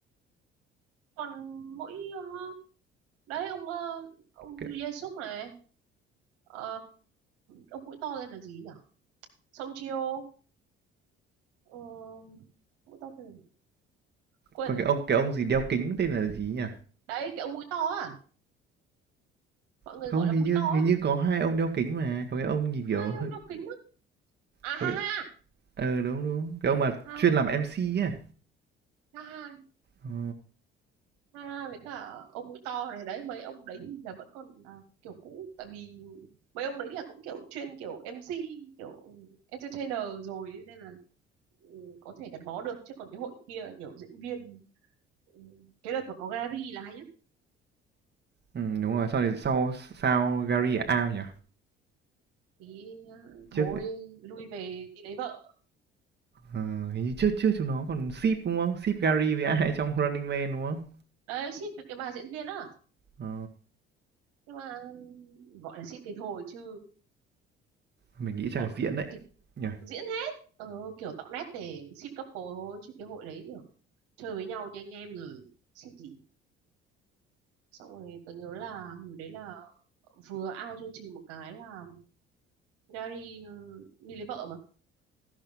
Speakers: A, on the right; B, on the right.
A: còn mỗi ờ, đấy ông ờ, ông
B: Cái,
A: Jesus này Ờ, ông mũi to tên là gì nhỉ? Song Chiêu. Ờ, mũi to tên là gì? Quên
B: còn
A: rồi.
B: cái ông cái ông gì đeo kính tên là gì nhỉ?
A: Đấy, cái ông mũi to à? Mọi người
B: Không
A: gọi
B: hình
A: là mũi
B: như
A: to à?
B: hình như có hai ông đeo kính mà, có cái ông nhìn kiểu
A: Hai
B: hơi
A: ông đeo kính á. À
B: có
A: ha
B: cái...
A: ha.
B: Ờ đúng đúng. Cái ông mà
A: Ha
B: chuyên làm MC ấy. à?
A: ha ha.
B: Ờ.
A: Ha với cả ông mũi to này đấy, mấy ông đấy thì là vẫn còn là kiểu cũ tại vì mấy ông đấy là cũng kiểu chuyên kiểu MC kiểu entertainer rồi ấy, nên là ừ, có thể gắn bó được chứ còn cái hội kia kiểu diễn viên ừ, cái đợt mà có Gary là hay
B: Ừ, đúng rồi, sau này sau sao Gary là Ao nhỉ?
A: thì ờ,
B: Trước
A: thôi lui về đi lấy vợ
B: ờ, hình như trước trước chúng nó còn ship đúng không? Ship Gary với ai trong Running Man đúng không?
A: đấy ship với cái bà diễn viên á
B: Ờ,
A: nhưng mà gọi là ship thì thôi chứ
B: mình nghĩ chắc
A: bọn
B: là diễn đấy
A: kịch
B: nhỉ.
A: diễn hết ờ, kiểu tạo nét để ship couple thôi chứ cái hội đấy kiểu chơi với nhau như anh em rồi ship gì xong rồi tôi nhớ là hồi đấy là vừa out chương trình một cái là Gary ờ, đi lấy vợ mà